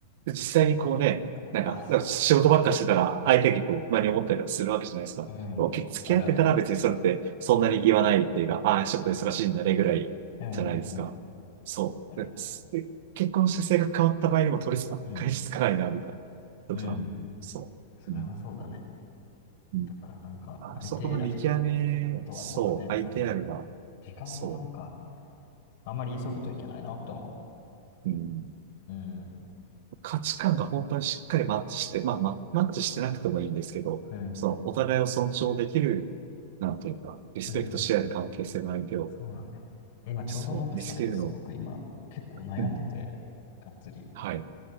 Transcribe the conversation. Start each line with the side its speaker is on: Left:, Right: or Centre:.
Right: 実際にこうね、
Left: なんか、
Right: なんか、
Left: あ、す
Right: なんか仕事ばっかしてたら、相手にこう、不満に思ったりとかするわけじゃないですか。
Left: うん、
Right: でもけ付き合ってたら別にそれって、
Left: あるある。
Right: そんなに言わないっていうか、ああ、ちょっと忙しいんだねぐらいじゃないですか。
Left: うん、うん、うん、
Right: そう。
Left: あるある。
Right: ですで結婚して性格変わった場合にも取り返しつかないな、
Left: うん、
Right: みたいな。
Left: うん。
Right: とか、そう。
Left: それはそうだね。
Right: うん。うん。
Left: だから、なんか、
Right: あそこの見極め、
Left: 相手選びと、あとはそうだね、
Right: そう、相手あるが、
Left: その、時間はなんか、
Right: そ
Left: あんまり急ぐといけないなってのは思
Right: う。うん。
Left: う。うん、
Right: 価値観が本当にしっかりマッチして、まあ、ま、マッチしてなくてもいいんですけど、
Left: うん、
Right: そのお互いを尊重できる、なんていうか、リスペクトし合える関係性の相手を、
Left: うん。そうなんだよね。で今ちょうどなんかそれですごく今結構悩んでて、
Right: そう、見つけるの。うん。
Left: がっつり。
Right: はい。